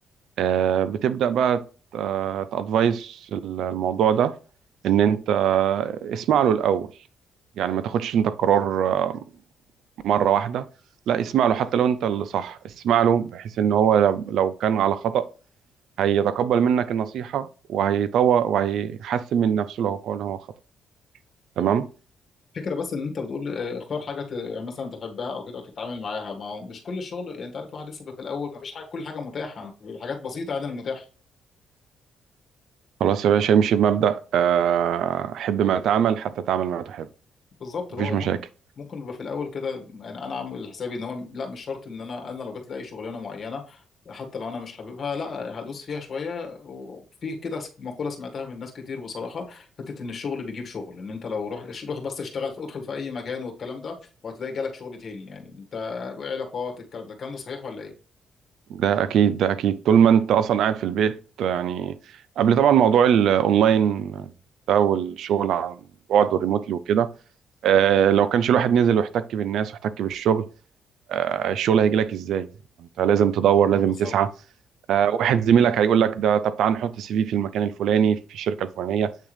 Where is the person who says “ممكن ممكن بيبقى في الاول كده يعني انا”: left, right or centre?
Left